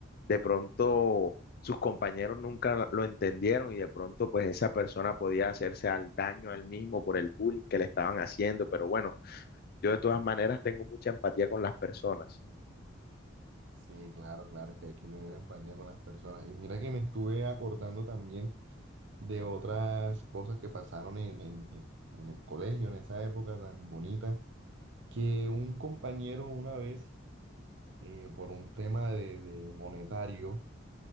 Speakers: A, on the left; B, on the right.
A: de pronto sus compañeros nunca lo entendieron y de pronto pues esa persona podía hacerse al daño a él mismo por el bullying que le estaban haciendo, pero bueno, yo de todas maneras tengo mucha empatía con las personas.
B: Sí, claro, claro, es que hay que tener empatía con las personas. Y mira que me estuve acordando también de otras cosas que pasaron en, en, en- en el colegio, en esa época tan bonita, que un compañero una vez, eh, por un tema de, de monetario,